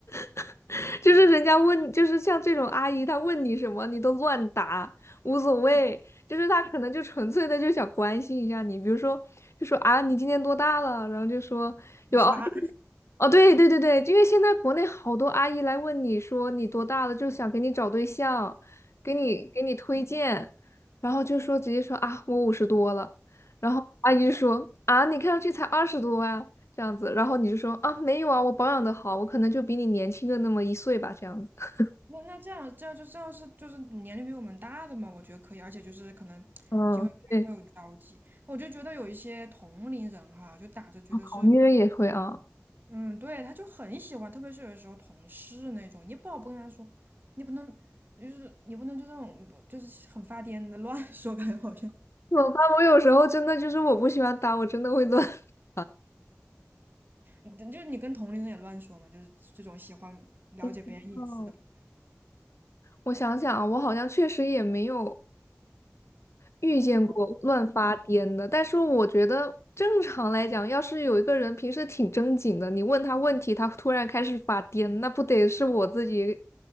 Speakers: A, on the left (about 75°); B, on the right (about 45°).
A: <laughs> 就是人家问，就是像这种阿姨，她问你什么，你都乱答，无所谓。就是她可能就纯粹的就想关心一下你，比如说就说啊，你今年多大了？然后就说有哦，
B: 五十八，
A: 哦对对对对，因为现在国内好多阿姨来问你说你多大了，就想给你找对象，给你给你推荐，然后就说直接说啊，我五十多了，然后阿姨就说啊，你看上去才二十多呀。这样子，然后你就说啊，没有啊，我保养的好，我可能就比你年轻个那么一岁吧，这样子。
B: 那那这样这样就这样是就是年龄比我们大的嘛，我觉得可以，而且就是可能今后还会有交集。
A: 嗯，<laughs> 对，
B: 我就觉得有一些同龄人哈，就打着觉得是，
A: 好女人也会啊，
B: 嗯，对，他就很喜欢，特别是有的时候同事那种，你不好不跟他说，你不能就是你不能就这种就是很发癫的乱说，感觉好像。
A: 怎么办？我有时候真的就是我不喜欢打，我真的会乱。<laughs>
B: 你就是你跟同龄人也乱说嘛，就是这种喜欢了解别人隐私的朋友。
A: 嗯哦，我想想啊，我好像确实也没有遇见过乱发癫的，
B: 我闹出来
A: 但是我觉得正常来讲，要是有一个人平时挺正经的，你问他问题，他突然开始发癫，那不得是我自己